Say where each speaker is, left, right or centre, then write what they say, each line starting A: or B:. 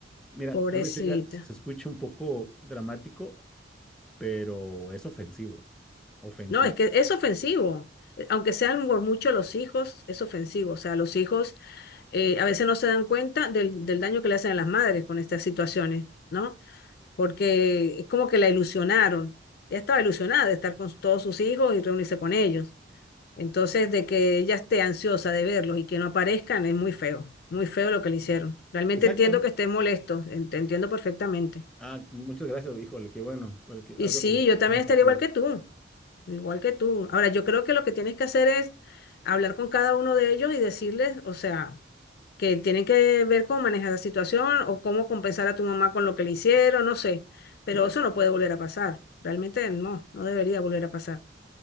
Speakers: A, in the centre; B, on the left.
A: mira,
B: pobrecita.
A: tal vez oiga, se escuche un poco dramático, pero es ofensivo, ofensivo.
B: No, es que es ofensivo. Eh, Aunque sean por mucho los hijos, es ofensivo. O sea, los hijos eh, a veces no se dan cuenta del, del daño que le hacen a las madres con estas situaciones, ¿no? Porque es como que la ilusionaron. Ella estaba ilusionada de estar con todos sus hijos y reunirse con ellos. Entonces, de que ella esté ansiosa de verlos y que no aparezcan es muy feo, muy feo lo que le hicieron. Realmente
A: Exactamente.
B: entiendo que estés molesto, en- te entiendo perfectamente.
A: Ah, muchas gracias, híjole, qué bueno, eh, que
B: Y
A: algo
B: sí,
A: de
B: yo también
A: empatía.
B: estaría igual que tú, igual que tú. Ahora, yo creo que lo que tienes que hacer es hablar con cada uno de ellos y decirles, o sea, que tienen que ver cómo manejar la situación o cómo compensar a tu mamá con lo que le hicieron, no sé. Pero eso no puede volver a pasar. Realmente no, no debería volver a pasar.